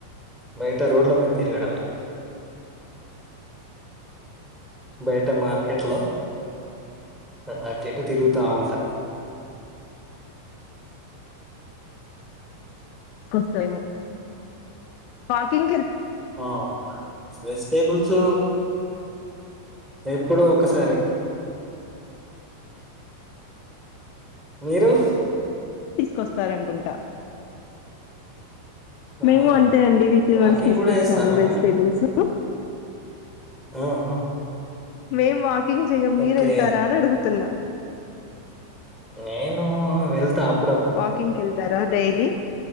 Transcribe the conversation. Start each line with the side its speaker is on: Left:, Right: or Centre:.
Right: బయట రోడ్ల మీద తిరగడమే బయట మార్కెట్ లో <unintelligible> తిరుగుత ఉంటా
Left: తీసుకొస్తారేమో వాకింగ్ కెల్
Right: ఆ వెజిటబుల్ సు ఎప్పుడో ఒకసారి మీరు
Left: తీసుకొస్తారండి. కుంట మేము
Right: ఆహా
Left: అంతే అండి వీక్లీ
Right: వాకింగ్
Left: వన్స్ తీసుకొస్తాము.
Right: కూడా చేస్తారా
Left: వెజిటేబుల్స్
Right: మీరు ఆహా
Left: మేము వా కింగ్ చెయ్యం మీర్
Right: ఓకే
Left: ఏళ్తారా అని అడుగుతున్నా
Right: నేను వెళ్తా అప్పుడప్పుడు
Left: వాకింగ్ కేళ్తారా డైలీ